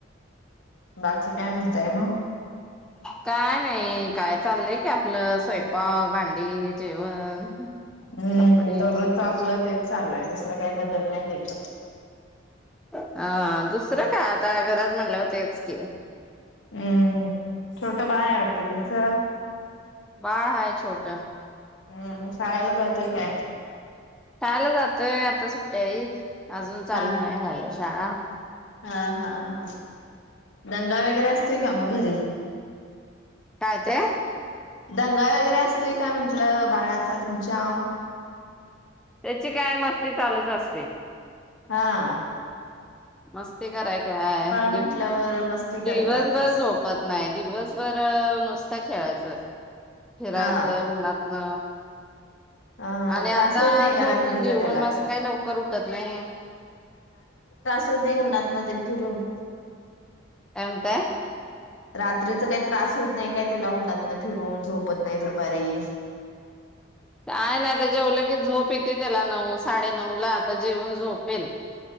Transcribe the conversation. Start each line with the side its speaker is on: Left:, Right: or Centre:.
Left: बाकी काय म्हणताय मग
Centre: काय नाही काय चाललंय की आपलं स्वयंपाक भांडी जेवण
Left: हम्म
Centre: कपडे
Left: दररोज आपलं तेच चालू आहे दुसरं काय बद्दल नाही त्याच्यात
Centre: अ दुसरं का आता घरात म्हणले होतेच की
Left: हम्म छोट बाळ आवडतं तुमचं
Centre: बाळ हाय छोटा
Left: हा शाळेला जातोय काय
Centre: शाळेला जातय आता सुट्ट्या आहे अजून चालू
Left: हा
Centre: नाही व्हालं शाळा
Left: हा हा हा दंगा वगैरे <unintelligible> काम घरी
Centre: काय ते?
Left: दंगा वगै असतय काय म्हटलं बाळा चा तुमच्या?
Centre: त्याची काय मस्ती चालूच असतेय.
Left: हां.
Centre: मस्त. ते कराया काय दिवस
Left: म्हटल्यावर मस्ती
Centre: दिवसभर
Left: करतातच
Centre: झोपत नाय, दिवसभर अ नुस्तं खेळायचं अस फिरायचं
Left: हा
Centre: उन्हातन.
Left: हा
Centre: आणि
Left: त्रास
Centre: आत्ता
Left: होत नाही का
Centre: झोपून
Left: रात्रीचा
Centre: दिऊ
Left: त्याला
Centre: पण मग स काय लवकर उठतं नाय.
Left: तो देऊन नात न तेन फिरून.
Centre: अं काय?
Left: रात्रीच काही त्रास होत नाही काय त्याला? उन्हांतन फिरून झोपत नाही दुपारी.
Centre: काय नाही आता जेवलं की झोप येते त्याला, नऊ साडे नऊ ला आता जेवून झोपेल.